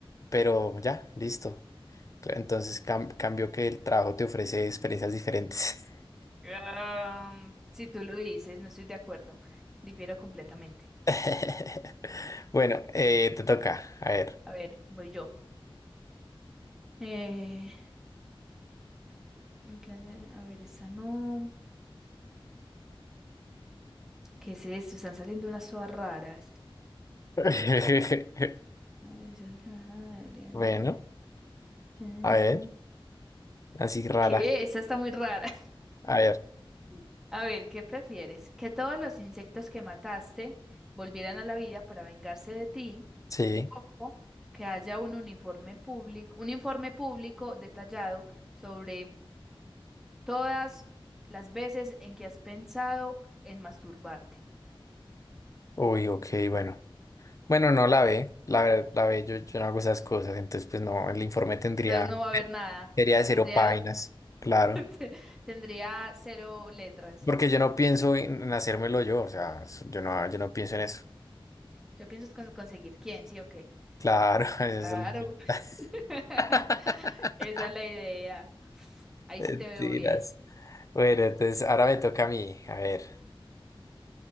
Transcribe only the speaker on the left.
pero ya, listo. Entonces cam- cambio que el trabajo te ofrece experiencias diferentes.
<laughs> Bueno, eh, te toca, a ver.
<laughs>
Bueno,
a ver, así rara.
A ver,
sí.
Uy, ok, bueno. Bueno, no la ve, la, ver- la ve, yo, yo no hago esas cosas, entonces pues no, el informe tendría,
sería de cero
páginas, claro.
Porque yo no pienso en, en hacérmelo yo, o sea, s- yo no, yo no pienso en eso.
Claro, <laughs> esa
es la-
<laughs>
Mentiras.
Bueno, entonces ahora me toca a mí, a ver,